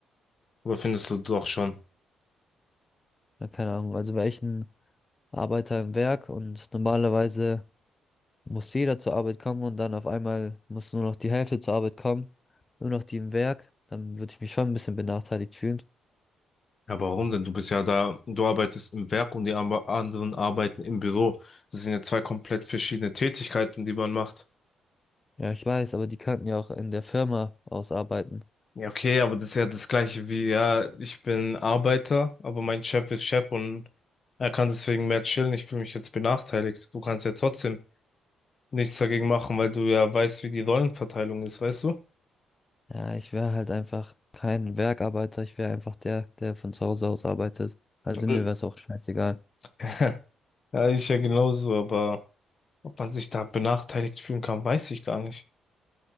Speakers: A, on the left; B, on the left.
A: Oder findest du doch schon?
B: Ja, keine Ahnung. Also welchen Arbeiter im Werk und normalerweise muss jeder zur Arbeit kommen und dann auf einmal muss nur noch die Hälfte zur Arbeit kommen, nur noch die im Werk, dann würde ich mich schon ein bisschen benachteiligt fühlen.
A: Ja, warum denn? Du bist ja da, du arbeitest im Werk und die ambe- anderen arbeiten im Büro. Das sind ja zwei komplett verschiedene Tätigkeiten, die man macht.
B: Ja, ich weiß, aber die könnten ja auch in der Firma ausarbeiten.
A: Ja, okay, aber das ist ja das gleiche wie, ja, ich bin Arbeiter, aber mein Chef ist Chef und er kann deswegen mehr chillen. Ich fühle mich jetzt benachteiligt. Du kannst ja trotzdem nichts dagegen machen, weil du ja weißt, wie die Rollenverteilung ist, weißt du?
B: Ja, ich wäre halt einfach kein Werkarbeiter, ich wäre einfach der, der von zu Hause aus arbeitet. Also
A: Mhm.
B: mir wäre es auch scheißegal.
A: <laughs> Ja, ich ja genauso, aber ob man sich da benachteiligt fühlen kann, weiß ich gar nicht.